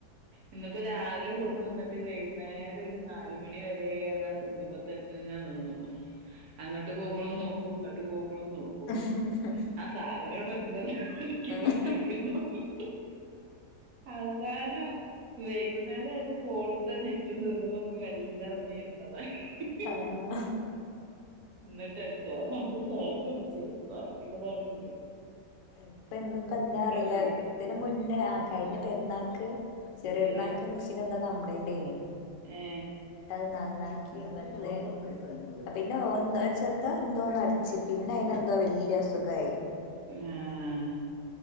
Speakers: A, on the right; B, on the left.
A: ഇന്നിപ്പ രാവിലെ കൊണ്ടുന്നന്നിട്ട് വൈകുന്നേരം ഒരു നാല് മണി വരെ അതാ തിണ്ടുമ്പോ തന്നെ നിന്നു. അങ്ങോട്ട് പോകുമ്പളും നോക്കൂ ഇങ്ങട്ട് <unintelligible>
B: <unintelligible>
A: ആ സാധനം ഇവിടെ ഇണ്ട്. അടിക്കണം
B: ആഹ്
A: അ ടിക്കണം <unintelligible> അവസാനം വൈകുന്നേരായപ്പോ ഫോൺത്തെ നെറ്റും തീർന്നൂന്ന് പറഞ്ഞപ്പോ വെല്ല <unintelligible>
B: ആഹ്
A: എന്നിട്ടടിച്ചോ. രണ്ട് ഫാൻഡ് അടിച്ച്. ബാക്കിയുള്ളതവിട്ണ്ട്.
B: ഇപ്പ ഇന്നിപ്പ എന്താ അറിയൂല്ല.
A: വേണ്ടിട്ട്
B: ഇതിന് മുന്നേ ആ കഴിഞ്ഞ പെരുന്നാൾക്ക് ചെറിയരുന്നാൾക്ക്
A: ഏ
B: മിഷീൻ എന്ത കംപ്ലൈന്റെയിനി.
A: ഏ
B: അത് നന്നാക്കി വന്ന് പിന്നെ ഒന്ന് ഒര് ചെറുതാ എന്തോന്ന് അടിച്ചി പിന്നെ അയിനെന്തോ വല്യസുഖായി.
A: ആഹ്